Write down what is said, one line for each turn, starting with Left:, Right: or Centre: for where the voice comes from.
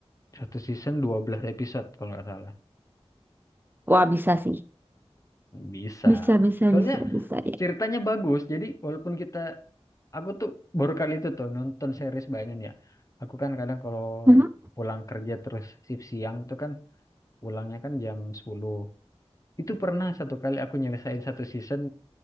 Left: Satu season 12 episode kalau nggak salah.
Right: Wah, bisa sih.
Left: Bisa.
Right: Bisa, bisa,
Left: Soalnya
Right: bisa, bisa deh.
Left: ceritanya bagus. Jadi walaupun kita aku tuh baru kali itu tuh nonton series Banyan ya. Aku kan kadang kalau
Right: Mhm.
Left: pulang kerja terus shift siang tuh kan pulangnya kan jam sepuluh, Itu pernah satu kali aku nyelesain satu season